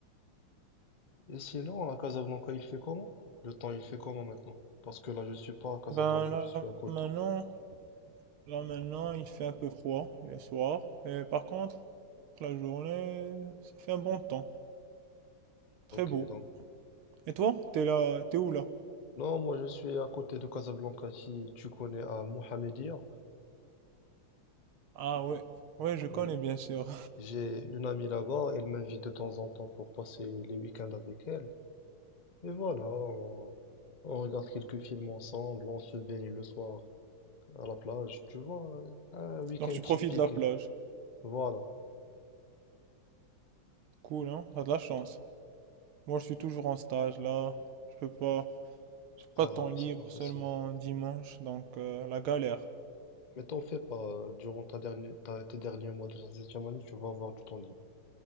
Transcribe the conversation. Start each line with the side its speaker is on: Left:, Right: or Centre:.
Left: Et sinon, à Casablanca, il fait comment? Le temps, il fait comment maintenant? Parce que là, je suis pas à Casablanca,
Right: Ben là,
Left: je suis à côté.
Right: maintenant, Là maintenant, il fait un peu froid les soirs, mais par contre, la journée, ça fait un bon temps, très
Left: Ok,
Right: beau.
Left: donc.
Right: Et toi, t'es là, t'es où là?
Left: Non, moi je suis à côté de Casablanca, si tu connais à Mohamedia.
Right: Ah ouais, ouais, je connais
Left: Oui.
Right: bien sûr.
Left: J'ai une amie là-bas, elle m'invite de temps en temps pour passer les week-ends avec elle. Et voilà, on, on regarde quelques films ensemble, on se baigne le soir à la plage. Tu vois, un week-end
Right: <laughs> Donc tu
Left: typique.
Right: profites de la plage.
Left: Voilà.
Right: Cool, hein? T'as de la chance. Moi, je suis toujours en stage là, je peux pas, j'ai
Left: Ah
Right: pas de temps
Left: oui,
Right: libre,
Left: c'est pas facile.
Right: seulement dimanche, donc euh, la galère.
Left: Mais t'en fais pas, durant ta dernière, ta- tes derniers mois de ta septième année, tu vas avoir du temps libre.